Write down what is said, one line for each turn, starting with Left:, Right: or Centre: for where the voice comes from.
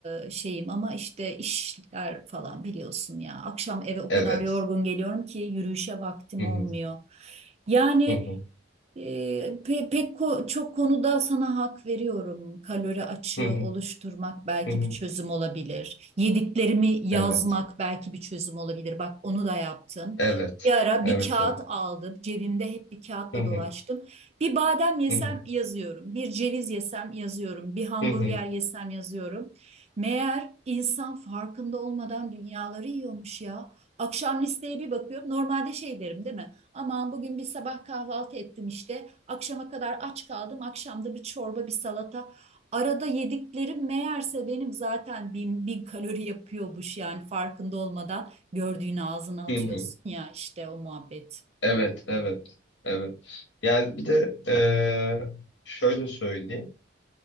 Right: e, şeyim ama işte işler falan biliyorsun ya. Akşam eve o
Left: Evet.
Right: kadar yorgun geliyorum ki yürüyüşe vaktim
Left: Hı hı,
Right: olmuyor. Yani
Left: hı hı,
Right: ee, pe- pek ko- çok konuda sana hak veriyorum. Kalori açığı
Left: hı hı,
Right: oluşturmak belki
Left: hı hı.
Right: bir çözüm olabilir. Yediklerimi yazmak
Left: Evet,
Right: belki bir çözüm olabilir. Bak onu da yaptım.
Left: evet,
Right: Bir ara
Left: evet,
Right: bir kağıt
Left: evet.
Right: aldım. Cebimde hep bir kağıtla
Left: Hı hı,
Right: dolaştım. Bir badem yesem
Left: hı hı,
Right: yazıyorum. Bir ceviz yesem yazıyorum. Bir hamburger
Left: hı hı,
Right: yesem yazıyorum. Meğer insan farkında olmadan dünyaları yiyormuş ya. Akşam listeye bir bakıyorum. Normalde şey derim değil mi? Aman bugün bir sabah kahvaltı ettim işte. Akşama kadar aç kaldım. Akşamda bir çorba, bir salata. Arada yediklerim meğerse benim zaten bin, bin kalori yapıyormuş yani farkında olmadan gördüğünü ağzına atıyorsun
Left: hı hı.
Right: ya işte o muhabbet.
Left: Evet, evet, evet. Yani bir de eee, şöyle söyleyeyim.